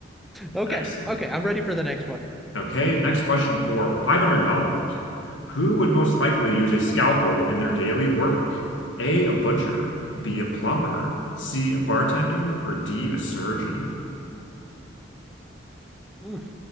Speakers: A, in the centre; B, on the left.
A: Okay,
B: Excellent.
A: okay, I'm ready for the next one.
B: Okay, next question for $500. Who would most likely use a scalpel in their daily work? A. A butcher. B. A plumber. C. A bartender. Or D. A surgeon.
A: Oof.